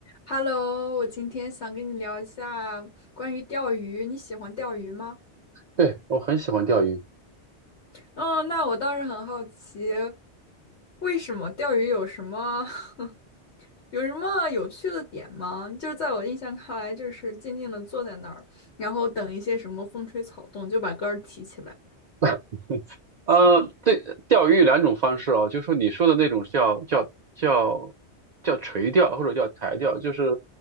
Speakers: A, on the left (about 80°); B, on the right (about 55°).
A: Hello，我今天想跟你聊一下关于钓鱼，你喜欢钓鱼吗？
B: 对，我很喜欢钓鱼。
A: 嗯，那我倒是很好奇，为什么钓鱼有什么 <laughs> 有什么有趣的点吗？就是在我印象看来，就是静静的坐在那儿，然后等一些什么风吹草动，就把竿儿提起来。
B: <laughs> 呃，对，钓鱼有两种方式啊，就是说你说的那种是叫叫叫叫垂钓或者叫台钓，就是